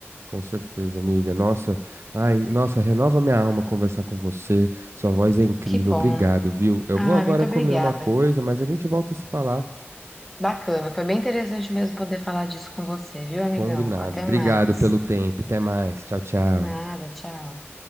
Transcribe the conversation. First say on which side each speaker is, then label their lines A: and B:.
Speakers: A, on the right; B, in the centre.
A: Com certeza, amiga. Nossa, ai, nossa, renova minha alma conversar com você. Sua voz é incrível.
B: Que bom.
A: Obrigado, viu? Eu
B: Ah,
A: vou agora
B: muito obrigada.
A: comer uma coisa, mas a gente volta a se falar.
B: Bacana, foi bem interessante mesmo poder falar disso com você, viu, amigão?
A: Combinado.
B: Até
A: Obrigado
B: mais.
A: pelo tempo. Até mais. Tchau, tchau.
B: De nada, tchau.